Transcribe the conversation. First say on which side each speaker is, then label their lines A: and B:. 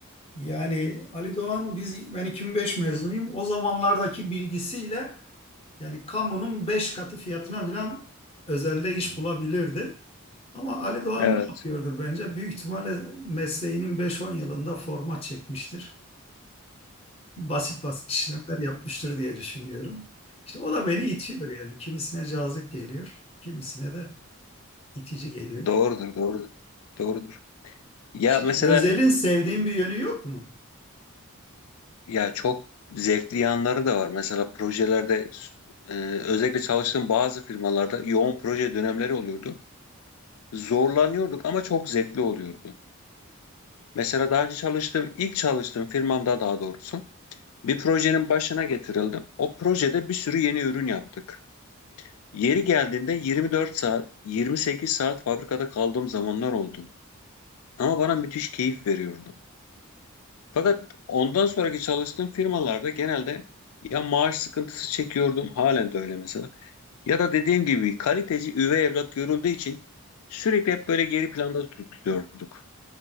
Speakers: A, on the left (about 25°); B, on the left (about 85°).
A: Yani Ali Doğan biz ben 2005 mezunuyum. O zamanlardaki bilgisiyle yani kamunun 5 katı fiyatına falan özelde iş bulabilirdi. Ama Ali Doğan
B: evet.
A: ne yapıyordur bence? Büyük ihtimalle mesleğinin 5-10 yılında format çekmiştir. Basit basit işlemler yapmıştır diye düşünüyorum. İşte o da beni itiyor yani. Kimisine cazip geliyor, kimisine de itici geliyor.
B: Doğrudur, doğrudur. Doğrudur. Ya mesela
A: Hiç Özel'in sevdiğim bir yönü yok mu?
B: ya çok zevkli yanları da var. Mesela projelerde e, özellikle çalıştığım bazı firmalarda yoğun proje dönemleri oluyordu. Zorlanıyorduk ama çok zevkli oluyordu. Mesela daha önce çalıştığım, ilk çalıştığım firmamda daha doğrusu bir projenin başına getirildim. O projede bir sürü yeni ürün yaptık. Yeri geldiğinde 24 saat, 28 saat fabrikada kaldığım zamanlar oldu. Ama bana müthiş keyif veriyordu. Fakat ondan sonraki çalıştığım firmalarda genelde ya maaş sıkıntısı çekiyordum, halen de öyle mesela. Ya da dediğim gibi kaliteci üvey evlat görüldüğü için sürekli hep böyle geri planda tutuluyorduk.